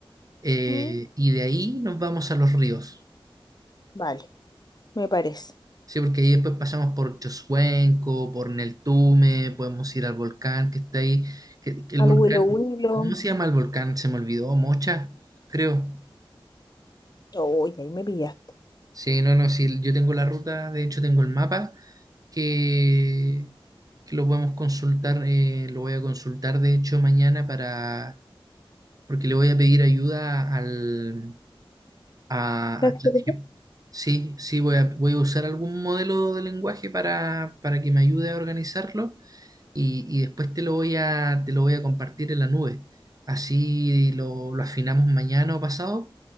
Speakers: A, on the right (about 40°); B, on the left (about 45°).
A: eh,
B: Mm,
A: y de ahí nos vamos a los ríos,
B: Vale, me parece.
A: ¿sí? Porque ahí después pasamos por Chosuenco, por Neltume, podemos ir al volcán que está ahí, que, que el
B: Al
A: volcán,
B: Willow Willow.
A: ¿cómo se llama el volcán? Se me olvidó, Mocha, creo.
B: oye ahí me pillaste.
A: Sí, no, no, sí, yo tengo la ruta, de hecho tengo el mapa que, que lo podemos consultar, eh, lo voy a consultar de hecho mañana para, porque le voy a pedir ayuda al, a,
B: ¿Sabes
A: a ChatGPT.
B: qué?
A: Sí, sí, voy a, voy a usar algún modelo de lenguaje para, para que me ayude a organizarlo y, y después te lo voy a, te lo voy a compartir en la nube. Así lo, lo afinamos mañana o pasado